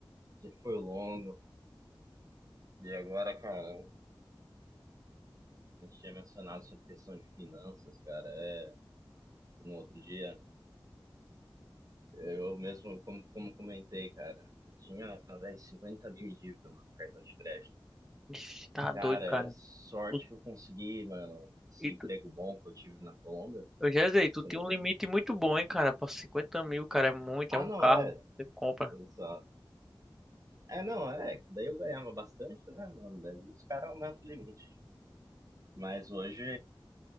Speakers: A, on the right; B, in the centre.
A: que foi longo. E agora, cara, a gente tinha mencionado sobre questão de finanças, cara. É, no outro dia, eu mesmo, como, como comentei, cara, eu tinha, velho, 50 mil em dívida, mano, no cartão de crédito.
B: Ixi, tá doido,
A: Cara,
B: cara.
A: sorte
B: Tu-
A: que eu consegui, mano, esse
B: E
A: emprego
B: tu,
A: bom que eu tive na Colômbia.
B: eu já sei,
A: Se
B: tu tem
A: não-
B: um limite muito bom, hein, cara. Pra 50 mil, cara, é muito,
A: Ah,
B: é um
A: não,
B: carro.
A: é.
B: Você compra.
A: Só... É, não, é, que daí eu ganhava bastante, né, mano? Daí os caras aumentam o limite. Mas hoje.